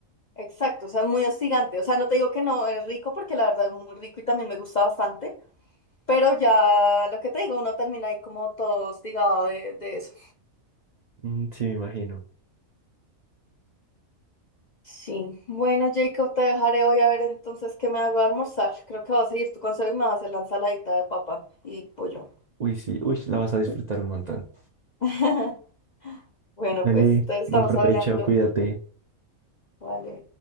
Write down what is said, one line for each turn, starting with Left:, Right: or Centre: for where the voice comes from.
Left: Exacto, o sea, es muy hostigante. O sea, no te digo que no es rico porque la verdad es muy rico y también me gusta bastante, pero ya lo que te digo, uno termina ahí como todo hostigado de, de eso.
Right: Mm, sí, me imagino.
Left: Sí, bueno, Jacob, te dejaré hoy a ver entonces qué me hago de almorzar. Creo que voy a seguir tu consejo y me voy a hacer la ensaladita de papa y pollo.
Right: Uy, sí, uy, la vas a disfrutar un montón.
Left: <laughs> Bueno,
Right: Dale,
Left: pues, entonces estamos
Right: buen provecho,
Left: hablando.
Right: cuídate.
Left: Vale.